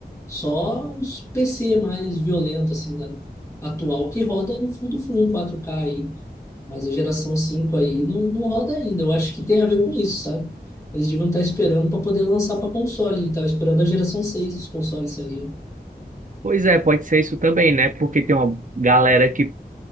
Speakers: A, on the left; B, on the right.
A: Só os PC mais violentos, assim, da atual que roda no full do full, 4K aí. Mas a geração 5 aí não, não roda ainda. Eu acho que tem a ver com isso, sabe? Eles deviam estar esperando para poder lançar para console. Estava esperando a geração seis dos consoles ali.
B: Pois é, pode ser isso também, né? Porque tem uma galera que